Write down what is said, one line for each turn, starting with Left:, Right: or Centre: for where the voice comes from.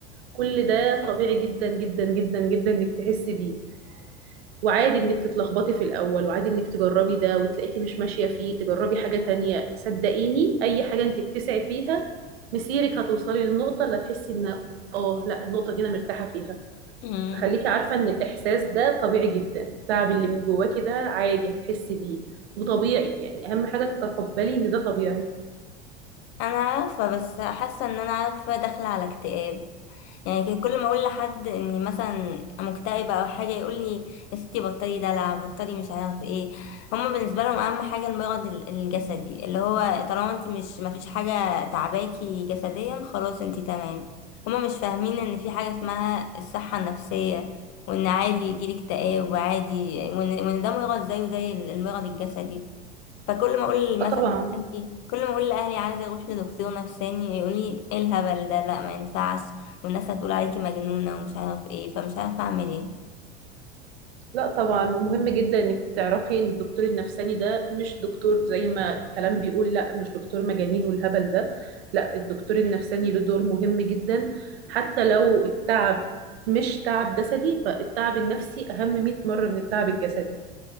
Right: كل ده طبيعي جدا جدا جدا جدا انك تحسي بيه وعادي انك تتلخبطي في الاول وعادي انك تجربي ده وتلاقيكي مش ماشيه فيه تجربي حاجه تانية صدقيني اي حاجه انت بتسعي فيها مسيرك هتوصلي للنقطه اللي هتحسي ان اه لا النقطه دي انا مرتاحه فيها
Left: م.
Right: فخليكي عارفه ان الاحساس ده طبيعي جدا التعب اللي من جواكي ده عادي هتحسي بيه وطبيعي يعني اهم حاجه تتقبلي ان ده طبيعي
Left: انا عارفة بس حاسة ان انا عارفة داخلة على اكتئاب يعني كان كل ما اقول لحد اني مثلا مكتئبه او حاجه يقول لي يا ستي بطلي دلع بطلي مش عارف ايه هما بالنسبه لهم اهم حاجه المرض ال- الجسدي اللي هو طالما انت مش مفيش حاجه تعباكي جسديا خلاص انت تمام هما مش فاهمين ان في حاجه اسمها الصحه النفسيه وان عادي يجيلك اكتئاب وعادي وان وإن ده مرض زيه زي المرض الجسدي فكل ما اقول
Right: اه
Left: مثلا
Right: طبعا
Left: لاهلي كل ما اقول لاهلي عايزه اروح لدكتور نفساني يقول لي ايه الهبل ده لا ما ينفعش والناس هتقول عليكي مجنونه ومش عارف ايه فمش عارفه اعمل ايه
Right: لا طبعا مهم جدا انك تعرفي ان الدكتور النفساني ده مش دكتور زي ما كلام بيقول لا مش دكتور مجانين والهبل ده لا الدكتور النفساني له دور مهم جدا حتى لو التعب مش تعب جسدي فالتعب النفسي اهم 100 مرة من التعب الجسدي